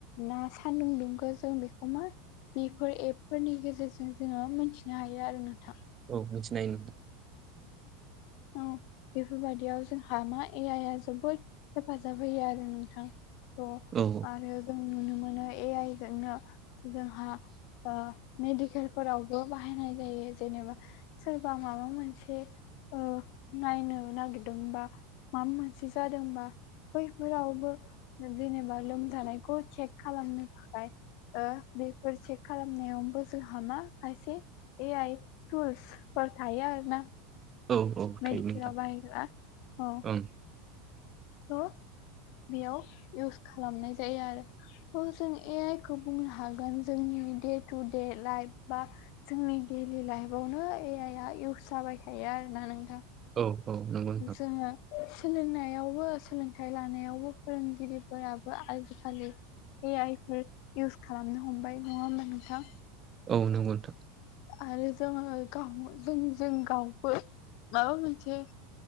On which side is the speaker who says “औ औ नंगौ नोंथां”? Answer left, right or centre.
Right